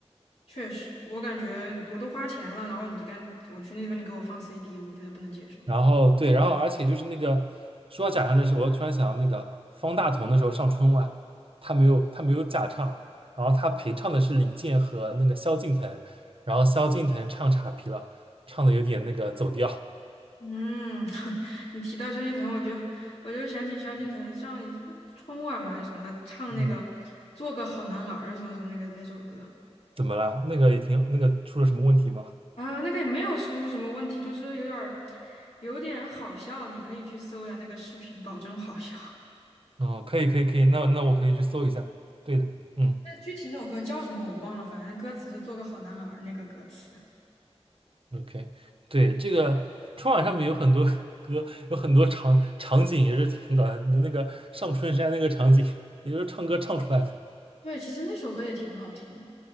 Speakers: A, on the left; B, on the right.
A: 确实，我感觉我都花钱了，然后你就干，我去那边你给我放 CD，我觉得不能接受。
B: 然后对，然后而且就是那个说到假唱这事，我又突然想到那个方大同的时候上春晚，他没有他没有假唱，然后他陪唱的是李健和那个萧敬腾，然后萧敬腾唱岔劈了，唱的有点那个走调，
A: 嗯，<laughs> 你提到萧敬腾，我就我就想起萧敬腾上一春晚嘛还是什么，他唱那个
B: 嗯，
A: 《做个好男儿》什么什么那个那首歌
B: 怎么了？那个也挺那个出了什么问题吗？
A: 啊，那个也没有出什么问题，就是有点儿有点好笑，你可以去搜一下那个视频，保证好笑。
B: 嗯，可以可以可以，那那我可以去搜一下。对的，嗯。
A: <laughs> 那具体那首歌叫什么我忘了，反正歌词是“做个好男儿”那个歌词。
B: OK，对，这个春晚上面有很多 <laughs> 歌，有很多场场景也是挺搞笑的。那个上春山那个场景，也就是唱歌唱出来的。
A: 对，其实那首歌也挺好听的。